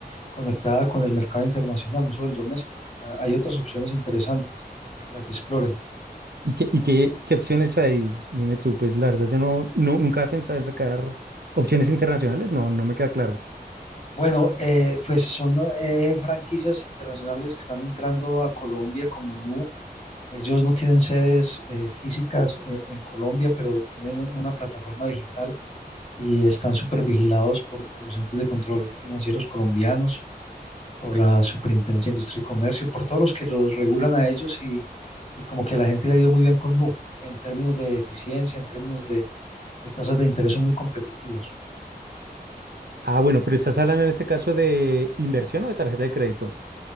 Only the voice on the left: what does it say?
conectada con el mercado internacional, no solo el doméstico. Ah, Hay otras opciones interesantes para que explore.
Bueno, eh, pues son eh, franquicias internacionales que están entrando a Colombia como Nu. Ellos no tienen sedes eh, físicas eh, en Colombia, pero tienen una plataforma digital y están súper vigilados por, por los entes de control financieros colombianos, por la Superintendencia de Industria y Comercio, por todos los que los regulan a ellos y, y como que a la gente le ha ido muy bien con Nu en términos de eficiencia, en términos de de tasas de interés son muy competitivos.